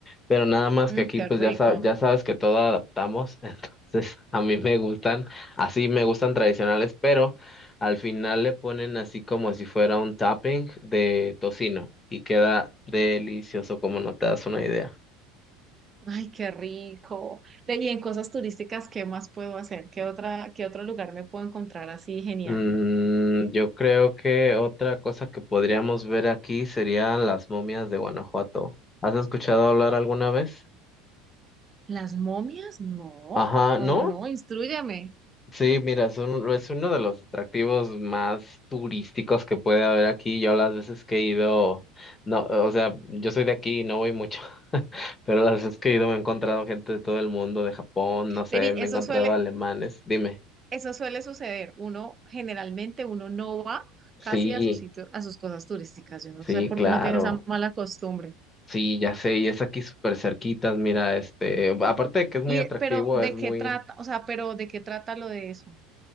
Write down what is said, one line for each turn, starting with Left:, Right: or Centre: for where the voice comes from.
Left: Pero nada más
Right: Mm,
Left: que aquí
Right: qué
Left: pues
Right: rico.
Left: ya, sa- ya sabes que todo adaptamos, <laughs> entonces a mí me gustan, así me gustan tradicionales, pero al final le ponen así como si fuera un topping de tocino y queda delicioso como no te das una idea.
Right: Ay, qué rico. Ve, Y en cosas turísticas, ¿qué más puedo hacer? ¿Qué otra, qué otro lugar me puedo encontrar así genial?
Left: Mm, yo creo que otra cosa que podríamos ver aquí serían las momias de Guanajuato. ¿Has escuchado hablar alguna vez?
Right: ¿Las momias? No,
Left: Ajá,
Right: no,
Left: ¿no?
Right: no, no, instrúyame.
Left: Sí, mira, es, un- es uno de los atractivos más turísticos que puede haber aquí. Yo las veces que he ido, no, o sea, yo soy de aquí y no voy mucho, <laughs> pero las veces que he ido me he encontrado gente de todo el mundo, de Japón, no sé,
Right: Vení,
Left: me
Right: eso
Left: he encontrado
Right: suele,
Left: alemanes. Dime.
Right: eso suele suceder. Uno, generalmente uno no va casi
Left: Sí,
Right: a sus sitios, a sus cosas turísticas. Yo no
Left: sí,
Right: sé por
Left: claro.
Right: qué uno tiene esa mala costumbre.
Left: Sí, ya sé, y es aquí súper cerquitas, mira, este, aparte de que es muy
Right: Y,
Left: atractivo,
Right: eh, pero, ¿de
Left: es muy
Right: qué trata? O sea, pero ¿de qué trata lo de eso?